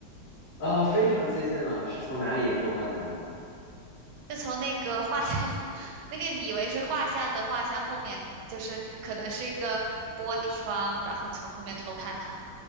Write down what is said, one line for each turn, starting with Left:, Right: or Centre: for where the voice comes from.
Left: 啊，非常接近了，是从哪里偷看他呢？
Right: 就从那个画像，<laughs> 那个以为是画像的画像后面，就是可能是一个玻璃窗，然后从后面偷看他。